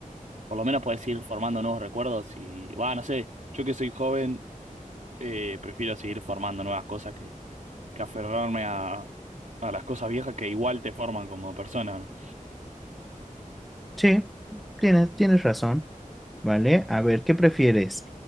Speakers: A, on the right (about 60°); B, in the centre.
A: por lo menos puedes ir formando nuevos recuerdos y, va, no sé, yo que soy joven, eh, prefiero seguir formando nuevas cosas que, que aferrarme a, a las cosas viejas que igual te forman como persona, ¿no?
B: sí, tienes, tienes razón, ¿vale? A ver, ¿qué prefieres?